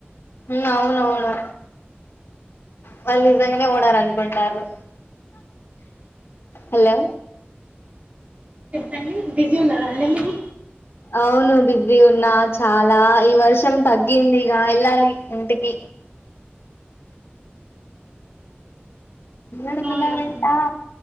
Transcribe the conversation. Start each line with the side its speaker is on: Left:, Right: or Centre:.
Left: మ్ అవునవును వాళ్ళు నిజంగానే ఉడారనుకుంటారు హలో
Right: చెప్పండి బిజీ ఉన్నారా అండి మీమ్
Left: అవును బిజీ ఉన్నా చాలా ఈ వర్షం తగ్గిందిగా వెళ్ళాలి ఇంటికి అడుగులా
Right: అవునండి
Left: వెంటా